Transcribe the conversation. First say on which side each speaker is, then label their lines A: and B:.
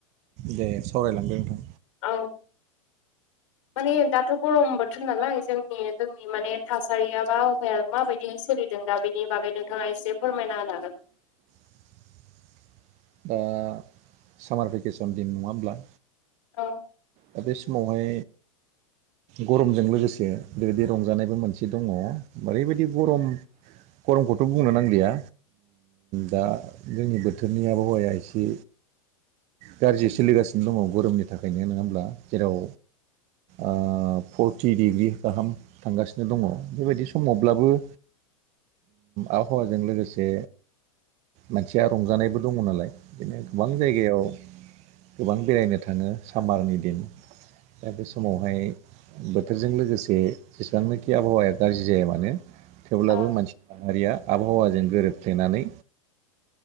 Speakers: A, on the right; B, on the left.
A: दे सावराय लांदों नोंथां।
B: औ माने दाथ' गरम बोथोर नालाय जों जोंनि माने थासारिया बा उफाया माबायदि सोलिदों दा बेनि बागै नोंथाङा एसे फोरमायना होनो हागोन।
A: <inaudible> दा सामार भेकेसन दिन नङा होनब्ला
B: औ
A: दा बे समावहाय गरमजों लोगोसे बेबायदि रंजानायबो मोनसे दङ ओरैबायदि गरम। गरमखौथ' बुंनो नांलिया दा जोंनि बोथोरनि आबहावाया एसे गाज्रि सोलिगासिनो दङ गरमनि थाखायनो नङा होमब्ला जेराव ओ फर्टथि डिग्रि गाहाम थांगासिनो दङ बेबायदि समावब्लाबो ओ आबहावाजों लोगोसे मानसिया रंजानायबो दङ नालाय बिदिनो गोबां जायगायाव गोबां बेरायनो थाङो सामारनि दिन दा बे समावहाय बोथोरजों लोगोसे जेसेबांनोखि आबहावाया गाज्रि जाया मानो थेवब्लाबो
B: औ
A: मानसि माहारिया आबहावा जों जों गोरोबफ्लेनानै